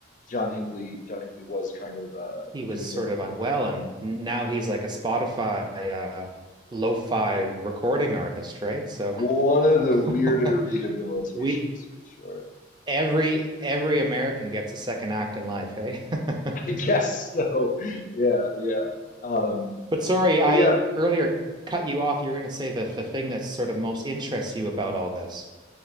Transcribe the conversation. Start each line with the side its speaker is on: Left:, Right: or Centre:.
Left: John Hinckley John Hinckley was kind of uh
Right: he was
Left: doing
Right: sort
Left: it
Right: of unwell, and now he's like a Spotify uh, lo-fi recording artist, right? So
Left: one of the weirder
Right: <laughs>
Left: rehabilitations
Right: we
Left: for sure.
Right: every every American gets a second act in life, eh? <laughs>
Left: <laughs> I guess so. <laughs> Yeah, yeah. Um,
Right: But sorry,
Left: but
Right: I
Left: yeah,
Right: earlier cut you off. You are going to say that the thing that sort of most interests you about all this.